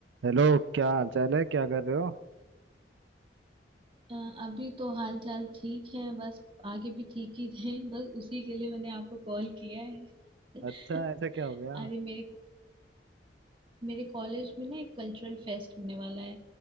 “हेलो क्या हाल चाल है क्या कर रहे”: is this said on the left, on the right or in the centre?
Right